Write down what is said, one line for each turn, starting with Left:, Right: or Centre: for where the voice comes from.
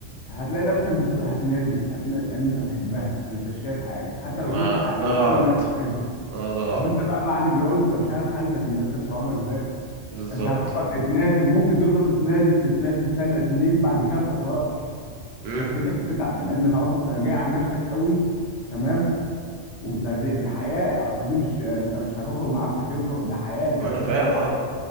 Left: هتلاقي نفسك بتقول هتنازل هتنازل لان انت بتحبها ما انتش شايف حاجه حتى لو
Right: ما
Left: شفت حاجه
Right: ده غلط
Left: هتقول انا هتنازل
Right: ما ده
Left: طب
Right: غلط
Left: انت بقى بعد الجواز انت مش عارف حالتك النفسيه بتبقى عامله ازاي
Right: بالظبط
Left: انت هتفضل تتنازل ممكن تفضل تتنازل تتنازل سنه اتنين بعد كده ما بتقدرش
Right: مم.
Left: نفسيتك هتتعب لان خلاص انت جاي على نفسك قوي تمام وانت دي, دي حياه اصل دي مش انت مش هتخرج معاه في كافيه وتق- ده حياه انت
Right: ما
Left: هتعيشه
Right: انا فاهم
Left: حياه
Right: اه